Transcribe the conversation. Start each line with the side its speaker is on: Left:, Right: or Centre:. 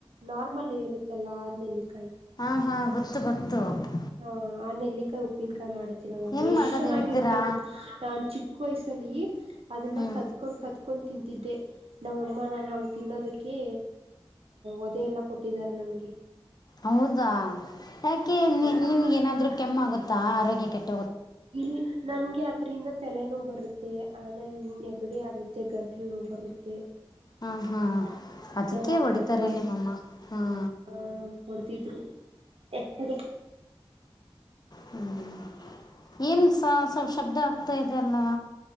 Right: ನಾರ್ಮಲ್ ಇರುತ್ತಲ್ಲ ನೆಲ್ಲಿಕಾಯಿ
Left: ಹಾ ಹಾ ಗೊತ್ತ ಗೊತ್ತು ಗೊತ್ತು
Right: ಹಾ ಆ ನೆಲ್ಲಿಕಾಯಿ ಉಪ್ಪಿನಕಾಯಿ ಮಾಡತ್ತೆ ನಮ್ಮಮ್ಮ
Left: ಹೆಂಗೆ
Right: ಎಷ್ಟ
Left: ಮಾಡೋದು
Right: ಚೆನ್ನಾಗಿರುತ್ತೆ
Left: ಹೇಳ್ತೀರಾ
Right: ಗೊತ್ತು ನಾನ್ ಚಿಕ್ಕ ವಯ್ಸಲ್ಲಿ ಅದನ್ನ
Left: ಹ್ಞೂ
Right: ಕದ್ಕೊಂಡು ಕತ್ ಕದ್ಕೊಂಡು ತಿಂತಿದ್ದೆ ನಮ್ಮಮ್ಮ ನಾನು ಅವಗೆ ತಿನ್ನೋದಕ್ಕೆ ಒದೆ ಎಲ್ಲ ಕೊಟ್ಟಿದ್ದಾರೆ ನನ್ಗೆ
Left: ಹೌದಾ ಯಾಕೆ
Right: ಆ
Left: ನಿಮ್ಗೆ ಏನಾದ್ರು ಕೆಮ್ಮ ಆಗುತ್ತೆ ಹಾ ಆರೋಗ್ಯಕ್ಕೆಟ್ಟ
Right: ಇಲ್ ನನ್ಗೆ ಅದರಿಂದ ತಲೆನೋ ಬರುತ್ತೆ ಆಮೇಲೆ ನೆಗಡಿ ಆಗುತ್ತೆ ಗಂಟ್ಲು ನೋವು ಬರುತ್ತೆ
Left: ಹಾ ಹಾ ಅದಕ್ಕೆೇ
Right: ಜ್ವರ
Left: ಹೊಡಿತಾರೆ
Right: ಬರುತ್ತೆ
Left: ನಿಮ್ಮಮ್ಮ ಹ್ಮ
Right: ಆ ಹೊಡೆದಿದ್ರು <unintelligible>
Left: ಹ್ಮ್ ಏನ್ ಸ ಸ್ ಶಬ್ದ ಆತ ಇದೆಲ್ಲ